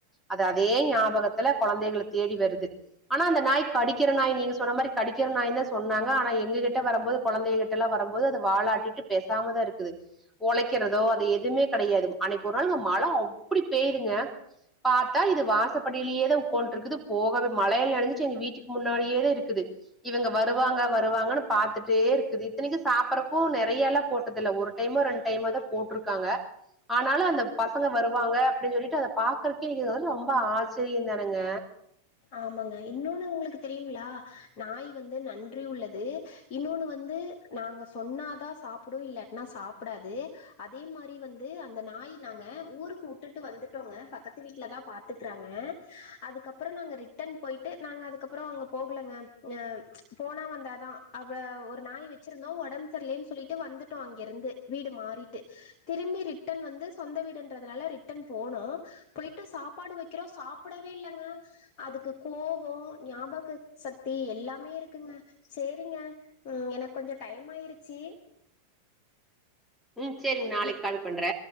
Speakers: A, in the centre; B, on the left.
A: அது அதே ஞாபகத்துல கொழந்தைகள தேடி வருது ஆனா அந்த நாய் கடிக்கிற நாய் நீங்க சொன்ன மாரி கடிக்கிற நாய் தா சொன்னாங்க ஆனா எங்ககிட்ட வரும்போது கொழந்தைகிட்ட எல்லா வரும்போது அது வாலாட்டிட்டு பேசாமதா இருக்குது கொலைக்கிறதோ அது எதுவுமே கெடையாது அன்னைக்கு ஒரு நாளுங்க மழ அப்படி பெய்யுதுங்க பாத்தா இது வாசப் படியிலேயே தா உக்கான்டு இருக்குது போகவே மழையில நெனைஞ்சுச்சு எங்க வீட்டுக்கு முன்னாடியே தா இருக்குது இவுங்க வருவாங்க வருவாங்கனு பாத்துட்டு கேக்குது இத்தனைக்கு சாப்பறப்ப நெறைய எல்லா போட்டது இல்ல ஒரு டைம் ரெண்டு டைமா தா போட்டிருக்காங்க ஆனாலு அந்த பசங்க வருவாங்க அப்படின் சொல்லிட்டு பாக்குறக்கே இது வந்து ரொம்ப ஆச ஆச்சரிய தருங்க
B: ஆமாங்க இன்னொன்னு உங்களுக்கு தெரியுங்களா நாய் வந்து நன்றி உள்ளது இன்னொன்னு வந்து நாங்க சொன்னாதா சாப்டு இல்லன்னா சாப்டாது அதே மாரி வந்து அந்த நாய் நாங்க ஊருக்கு வுட்டுட்டு வந்துட்டோங்க பக்கத்து வீட்டுலதா பாத்துக்கறாங்க அதுக்கப்புறோ அப்புறோ நாங்க ரிட்டன் போயிட்டு நாங்க அதுக்கப்புறோ அங்க போகலங்க அஹ் ப்ச் போனா வந்தாதா அவ ஒரு நாய் வெச்சிருந்தோ ஒடம்பு சரியலனு சொல்லிட்டு வந்துட்டோ அங்கிருந்து வீடு மாறிட்டு திரும்பி ரிட்டன் வந்து சொந்த வீடுன்றதுனால ரிட்டன் போனோ போயிட்டு சாப்பாடு வெக்கிறோ சாப்பிடவே இல்லங்க அதுக்கு கோபோ ஞாபக சக்தி எல்லாமே இருக்குங்க சேரிங்க ம் எனக்கு கொஞ்ச டைம் ஆயிருச்சு
A: ம் செரி நாளைக்
B: இ
A: கால் பண்ற